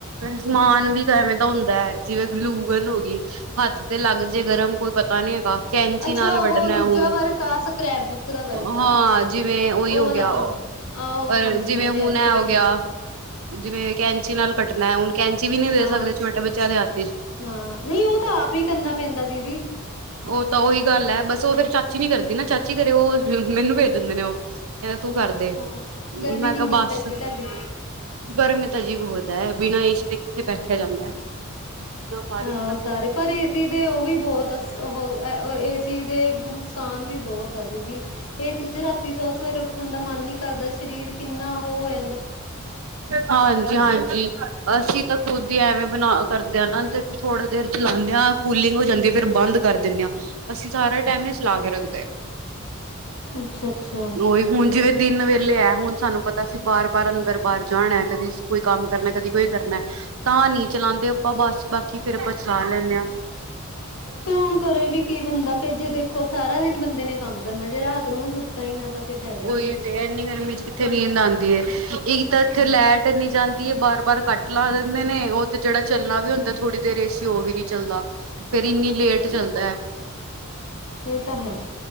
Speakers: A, on the right (about 75°); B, on the left (about 75°).
A: ਸਮਾਨ ਵੀ ਏਂਵੇਂ ਦਾ ਹੁੰਦਾ ਹੈ ਜਿਵੇਂ ਗਲੂ। ਗਲੁ ਗਨ ਹੋ ਗਈ ਹੱਥ ਤੇ ਲੱਗ ਜੇ ਗਰਮ ਕੋਈ। ਪਤਾ ਨੀ ਹੈਗਾ ਕੈਂਚੀ
B: ਅੱਛਾ
A: ਨਾਲ
B: ਉਹ
A: ਵੱਢਣਾ
B: ਦੂਜਾ
A: ਹੁਣ
B: ਵਰਕ ਆ ਸਕ੍ਰੈਪ ਬੁੱਕ ਦਾ ਵਰਕ
A: ਹਾਂ
B: ਆ
A: ਜ। ਜਿਵੇਂ ਉਹੀ ਹੋ
B: ਵਾਲਾ
A: ਗਿਆ
B: ਕੰਮ
A: ਉਹ
B: ਉਹ
A: ਪਰ
B: ਹਾਂਜੀ
A: ਜਿਵੇਂ
B: ਹਾਂਜੀ
A: ਹੁਣ
B: ਐਕਟੀਵਿਟੀਆਂ
A: ਐ ਹੋ ਗਿਆ ਜਿਵੇਂ ਕੈਂਚ। ਕੈਂਚੀ ਨਾਲ ਕੱਟਣਾ ਹੈ ਹੁਣ ਕੈਂਚੀ ਵੀ ਨਹੀਂ ਦੇ
B: ਹਾਂ
A: ਸਕਦੇ ਛੋਟੇ ਬੱਚਿਆਂ ਦੇ ਹੱਥ ਵਿਚ।
B: ਹਾਂ ਨਹੀਂ ਉਹ ਤਾਂ ਆਪ ਹੀ ਕਰਨਾ ਪੈਂਦਾ ਦੀਦੀ।
A: ਉਹ ਤਾਂ ਉਹੀ ਗੱਲ ਹੈ ਬਸ ਉਹ ਫੇਰ ਚਾਚੀ ਨੀ ਕਰਦੀ ਨਾ ਚਾਚੀ ਕਰੇ ਉਹ ਮੈਨੂੰ ਭੇਜ ਦਿੰਦੇ ਨੇ ਉਹ ਕਹਿੰ ਤੂੰ ਕਰਦੇ
B: ਹਾਂ ਗਰਮੀ
A: ਮੈਂ
B: ਕਿੰਨੀ
A: ਕਿਹਾ ਬੱਸ
B: ਕੁ ਪੈਂਦੀ ਤੁਹਾਡੀ
A: ਗਰਮੀ ਤਾਂ ਜੀ ਬਹੁਤ। ਬਿਨਾ ਏ ਸੀ ਦੇ ਕਿੱਥੇ ਬੈਠਿਆ ਜਾਂਦਾ ਹੈ। ਨਾ ਬਾਰਿਸ਼
B: ਆਹੋ
A: ਦਾ
B: ਸਾਰੇ ਪਰ ਏ ਸੀ ਦੇ ਉਹ ਵੀ ਬਹੁਤ। ਉਹ ਏ ਸੀ ਦੇ ਨੁਕਸਾਨ ਵੀ ਬਹੁਤ ਆ ਦੀਦੀ ਇਹ ਚੀਜ਼ ਰਾਤੀ ਤਾਂ ਉਹ ਸਵੇਰੇ। ਉਠਣ ਦਾ ਮਨ ਨਹੀਂ ਕਰਦਾ ਸ਼ਰੀਰ ਕਿੰਨਾ ਉਹ ਹੋਇਆ।
A: ਹਾਂਜੀ ਹਾਂਜੀ ਅਸੀਂ ਤਾਂ ਖੁਦ ਹੀ ਐਵੇਂ ਬਣਾ ਕਰਦੇ ਹ ਨਾ। ਥੋੜਾ ਦੇਰ ਚਲਾਉਦੇ ਹਾਂ ਕੂਲਿੰਗ ਹੋ ਜਾਂਦੀ ਹੈ ਫ਼ਿਰ ਬੰਦ ਕਰ ਦਿੰਦੇ ਹਾਂ ਅਸੀਂ ਸਾਰਾ ਟਾਈਮ ਨ ਚਲਾ ਕੇ ਰੱਖਦੇ। ਤੇ।
B: ਅੱਛਾ ਅੱਛਾ
A: ਉਹੀ ਹੁਣ ਜਿਵੇਂ ਦਿਨ ਵੇਲੇ ਹੈ ਹੁਣ ਸਾਨੂੰ ਪਤਾ ਅਸੀ ਬਾਰ। ਪਰ ਅੰਦਰ ਬਾਹਰ ਜਾਣਾ ਕਦੀ ਕੋਈ ਕੰਮ ਕਰਨਾ ਕਦੀ ਕੋਈ ਕਰਨਾ ਤਾਂ ਨੀ ਚਲਾਉਂਦੇ ਆਪਾਂ ਬਸ ਬਾਕੀ। ਕੀ ਫੇਰ ਆਪਾਂ ਚਲਾ ਲੈਂਦੇ ਹਾਂ।
B: ਹੁਣ ਕਰੋ ਵੀ ਕੀ ਬੰਦਾ ਫਰ ਜੇ। ਸਗੋ ਸਾਰਾ ਦਿਨ ਬੰਦੇ ਨੇ ਕੰਮ ਕਰਨਾ ਜੇ ਰਾਤ ਨੂੰ। ਹੀ ਨਾ ਤਾਂ ਫਿਰ ਫਾਇਦਾ ਹੀ
A: ਉਹੀ
B: ਨਹੀਂ
A: ਤੇ ਇਨੀ ਗ਼ਰਮੀ ਚ ਕਿੱਥੇ ਨੀਂਦ ਆਂਦੀ ਏ। ਇੱਕ ਤਾਂ ਇੱਥੇ
B: ਕੋਈ।
A: ਲੈਟ ਏਨੀ ਜਾਂਦੀ ਹੈ ਬਾਰ ਬਾਰ ਕੱਟ ਲਾ ਦਿੰਦੇ ਨੇ ਉਹਥੇ ਜਿਹੜਾ ਚੱਲਣਾ ਵੀ ਹੁੰਦਾ ਦਾਂ ਥੋੜ੍ਹੀ ਦੇਰ ਏ ਸੀ ਉਹ ਵੀ ਨੀ ਚੱਲਦਾ। ਫੇਰ ਇੰਨੀ ਲੇਟ
B: ਹਾਂ
A: ਚੱਲਦਾ ਹੈ
B: ਇਹ ਤਾਂ ਹੈ।